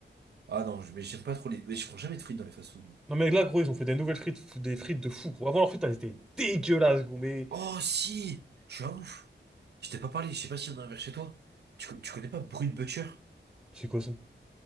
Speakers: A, on the right; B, in the centre.
A: Ah non, je- mais j'aime pas trop les. Mais je prends jamais de frites dans les fast-food.
B: Non, mais là, gros, ils ont fait des nouvelles frites, fou- des frites de fou, gros. Avant, leurs frites, elles étaient dégueulasses, gros, mais...
A: Oh si! Je suis un ouf! Je t'ai pas parlé, je sais pas s'il y en a un vers chez toi. Tu, co- tu connais pas Brut Butcher?
B: C'est quoi ça?